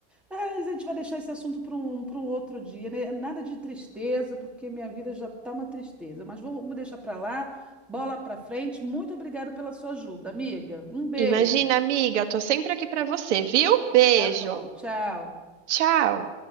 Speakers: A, in the centre; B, on the right.
A: É, a gente vai deixar esse assunto para um, para um outro dia, né? Nada de tristeza, porque minha vida já tá uma tristeza. Mas vou, vamos deixar para lá, bola para frente. Muito obrigada pela sua ajuda, amiga. Um beijo.
B: Imagina, amiga, eu tô sempre aqui pra você, viu? Beijo.
A: Tá bom, tchau.
B: Tchau.